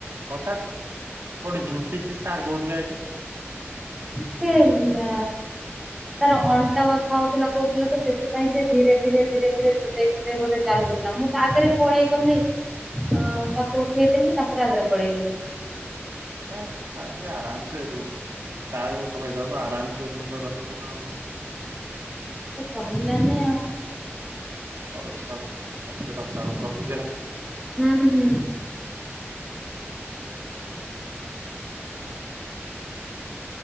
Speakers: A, on the right (about 75°); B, in the centre.
A: ହଠତ୍ କେଉଁଟେ ଝୁଣ୍ଟିଛି ସାର୍ କହୁଥିଲେ ଆଜି।
B: ସେ ନା ତାର ଅଣ୍ଟା ବଥା ହଉଥିଲା କହୁଥିଲା ତ ସେଥିପାଇଁ ସେ ଧୀରେ ଧୀରେ ଧୀରେ ଧୀରେ ଛୋଟେଇ ଟେଇ ବୋଧେ ଚାଲୁଥିଲା ମୁଁ ତା ଆଗରେ ପଳେଇଗଲି। ଅ ତାକୁ ଉଠେଇଦେଲି ତାପରେ ଆଗରେ ପଳେଇଗଲି।
A: ଦେଖା ଅଛି ଆରାମସ ରୁ ସାର୍ ଭୈରବ ଆରାମସ ରୁମରେ ରହିବ ନା ଆଉ।
B: ସେ କହିଲାନି ଆଉ।
A: ହଉ ଛାଡ଼୍ ପଛରେ କଥା ହବା ମୁଁ ରଖୁଛି ହେଲା।
B: ହୁଁ-ହୁଁ